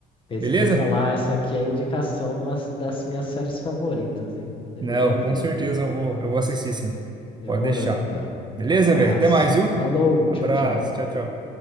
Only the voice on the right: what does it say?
Beleza?
Não,
com certeza eu vou, eu vou assistir sim.
Pode deixar.
Beleza,
velho? Até mais, viu?
Abraço.
Tchau, tchau.